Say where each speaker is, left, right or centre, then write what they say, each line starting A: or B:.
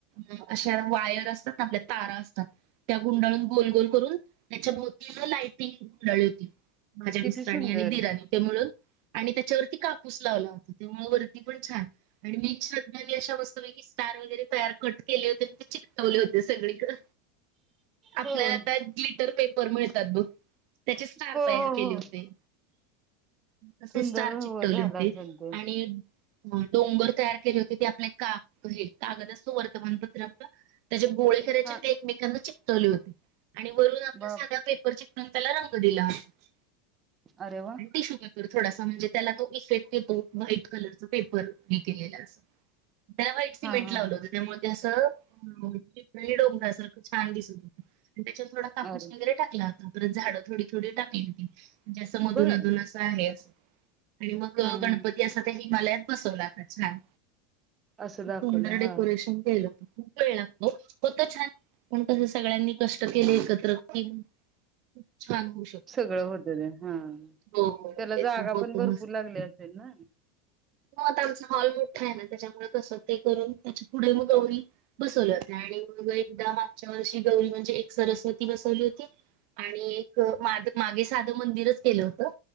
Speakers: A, on the right (about 55°); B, on the right (about 30°).
A: अ अशा वायर असतात आपल्या तारा असतात त्या गुंडाळून गोल गोल करून त्याच्या भोवती लाइटिंग उडाली होती माझ्या
B: किती
A: मिस््रांनी
B: सुंदर
A: आणि बीरानी त्यामुळून आणि त्याच्यावरती कापूस लावला होता त्यामु वरती पण छान आणि मी श्रद्धानी अशा बसतय की तार वगैरे तयार कट केले होते ते चिकवले होते सगळीकडे आपल्यालाता
B: होय
A: ल्िटर पेपर मिळतात बु त्याचे स्टार
B: हो
A: तयार
B: हो
A: केले
B: हो
A: होते तसे
B: सुंदर
A: स्टार
B: हो
A: चिकटवले
B: झाला
A: होते
B: असेल ते
A: आणि डोंगर तयार केले होते ते आपले काग हे कागद असतो वर्तमानपत्र आपलं त्याचे गोळे करायचे
B: हा
A: ते एकमेकांना चिकवले होते आणि वरून आपला
B: बाप
A: साध्या पेप चून त्याला रंग दिला होता
B: अरे वा
A: आणि टिशू पेपर थोडासा म्हणजे त्याला तो इफेक्ट येतो व्हाईट कलरचा पेपर हे केलेला त्याला वाईट सीमेंट
B: हा हा
A: लावलं
B: हा
A: होतं त्यामुळे ते असं डोंगरा सारखं छान दिसून आणि त्याच्यावर थोडा कापूस
B: अरे
A: वगैरे टाकला होता पर झाडं थोडी थोडी टाकली होती म्हणजे असं मधून
B: बर
A: मधून असं आहे अस आणि मग
B: हा
A: गणपती
B: हा
A: असा ते हिमालयात बसव लातात छान
B: असं
A: सुंदर
B: दाखवलं
A: डेकोरेशन
B: हा
A: केलं होत वेळ लागतो होत छान पण कस सगळ्यांनी कष्ट केले एकत्र कि ूप छान होऊ शकतो
B: सगळं होत ते हा
A: हो हो
B: त्याला
A: तेच
B: जागा
A: ना होतो
B: पण भरपूर लागली असेल ना
A: हो आता आमचा हॉल मोठा आहे ना त्याच्यामुळे कसं ते करून त्याची पुढे म गौरी बसवलं होत आणि मग एकदा मागच्या वर्षी गौरी म्हणजे एक सरस्वती बसवली होती आणि एक माग मागे साधं मंदिरच केलं होतं